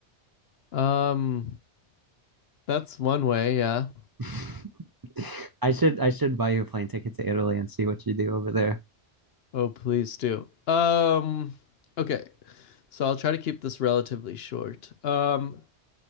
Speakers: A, on the left (about 65°); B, on the right (about 30°).
A: Um, that's one way. Yeah.
B: <laughs> I should I should buy you a plane ticket to Italy and see what you do over there.
A: Oh, please do. Um, okay. So I'll try to keep this relatively short. Um,